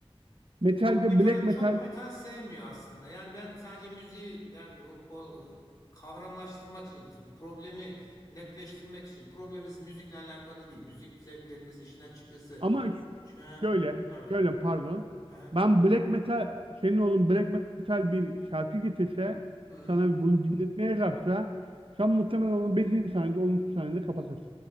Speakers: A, on the right (about 60°); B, on the left (about 40°).
A: Metalde
B: Çok metal,
A: black metal
B: çok metal sevmiyor aslında. Yani ben sadece müziği yani o ko- kavramlaştırmak için, tabii problemi netleştirmek için. Problemimiz müzikle alakalı değil. Müzik zevklerimiz işin açıkçası.
A: ama
B: Şu, ha,
A: şöyle
B: pardon.
A: şöyle pardon.
B: Ha,
A: Ben
B: dü-
A: black metal senin oğlun black metal bir şarkı getirse
B: Hı hı.
A: sana bunu dinletmeye kalksa sen muhtemelen onun 5. saniyede 10. saniyede kapatırsın.